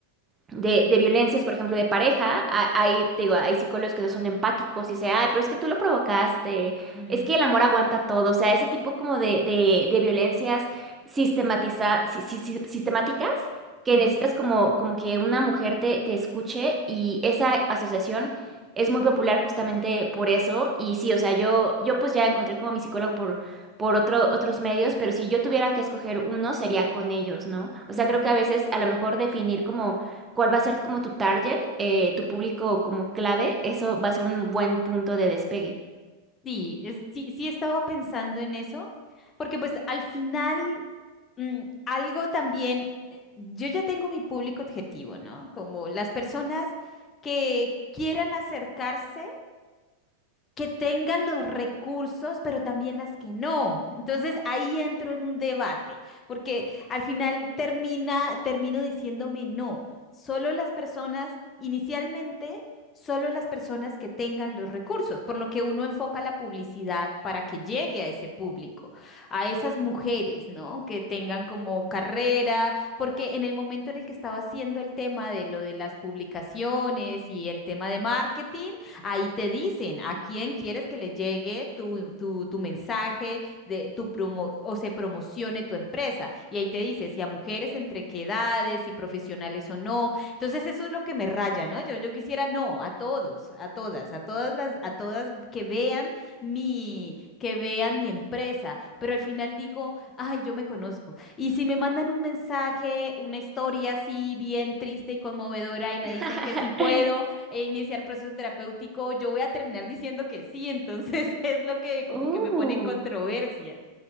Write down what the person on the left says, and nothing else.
mm,
ujú,
ujú.
Sí, es- sí, sí estaba pensando en eso, porque pues al final mm, algo también, eh, yo ya tengo mi público objetivo, ¿no? Como las personas que quieran acercarse que tengan los recursos, pero también las que no. Entonces ahí entro en un debate, porque al final termina, termino diciéndome no, solo las personas, inicialmente, solo las personas que tengan los recursos, por lo que uno enfoca la publicidad para que llegue a ese público, a esas mujeres, ¿no? Que tengan como carrera, porque en el momento en el que estaba haciendo el tema de lo de las publicaciones y el tema de marketing, Ahí te dicen a quién quieres que le llegue tu, tu, tu mensaje de tu promo o se promocione tu empresa. Y ahí te dice si a mujeres entre qué edades, si profesionales o no. Entonces eso es lo que me raya, ¿no? Yo, yo quisiera no, a todos, a todas, a todas las, a todas que vean mi, que vean mi empresa. Pero al final digo, ay, yo me conozco. Y si me mandan un mensaje, una historia así bien triste y conmovedora y me
dicen que sí puedo e iniciar proceso terapéutico, yo voy a terminar diciendo que sí, entonces <laughs> es lo que como
que me pone en controversia.